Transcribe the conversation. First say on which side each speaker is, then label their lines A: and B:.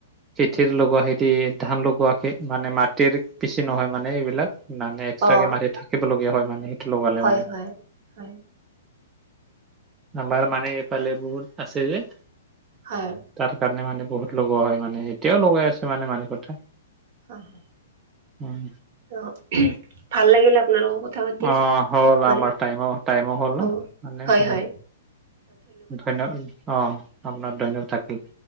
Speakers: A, on the right (about 20°); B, on the right (about 55°).
A: খেতিৰ লগোৱা খেতি ধান লগোৱাকে মানে মাটিৰ বেছি নহয় মানে এইবিলাক। মানে এক্সট্ৰাকে
B: অ'
A: মাটি থাকিবলগীয়া হয় মানে। সেইটো লগালে
B: হয়
A: মানে
B: হয়, হয়।
A: আমাৰ মানে এইফালে বহুত আছে যে।
B: হয়।
A: তাৰ কাৰণে মানে বহুত লগোৱা হয় মানে এতিয়াও লগাই আছে মানে মানুহ কথা।
B: হয় হয়।
A: উম।
B: ত উহ ভাল লাগিলে আপোনাৰ লগত কথা পাতি
A: অ হ'ল
B: হয়।
A: আমাৰ টাইমো - টাইমো হ'ল ন
B: হ'ব
A: মানে
B: হয়,
A: অ।
B: হয়
A: ধন্যবাদ, অ আপোনাৰ ধন্যবাদ থাকিল।